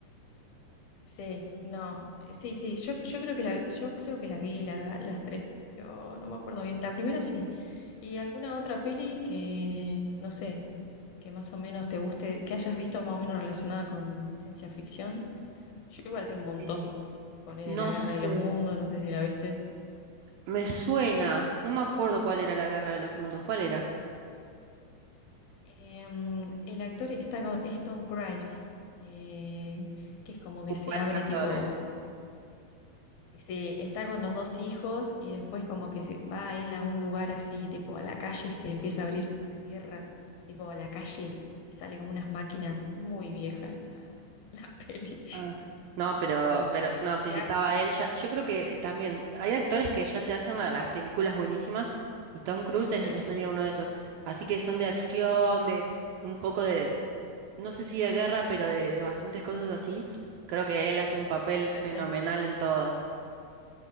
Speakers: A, on the left; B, on the right.
A: Sí, no, eh, sí, sí, yo, yo creo que la, yo creo que las vi la- las tres, pero no me acuerdo bien. La primera sí. Y alguna otra peli que, no sé, que más o menos te guste, que hayas visto más o menos relacionada con ciencia ficción. Yo igual tengo un montón.
B: Y
A: Ponele
B: No
A: La Guerra
B: sé.
A: de los Mundos, no sé si la viste.
B: Me suena. No me acuerdo cuál era la Guerra de los Mundos. ¿Cuál era?
A: Em, el actor está con es Tom Cruise, eh, que es como que
B: Hubo
A: se
B: alto
A: abre
B: actor.
A: tipo, se, está con los dos hijos y después como que se- va él a un lugar así, tipo a la calle y se empieza a abrir la tierra, tipo a la calle, y sale como unas máquinas, muy vieja <laughs> la peli.
B: Ah, sí. No, pero,
A: Eh,
B: pero, no, sí,
A: se
B: sí
A: ab-
B: estaba él ya. Yo creo que también hay actores que ya te hacen la- las películas buenísimas y Tom Cruise
A: se-
B: es, es medio uno de esos. Así que son de acción, de un poco de, no sé si de guerra, pero de, de bastantes cosas así. Creo que él hace un papel
A: sí,
B: fenomenal
A: sí.
B: en todas.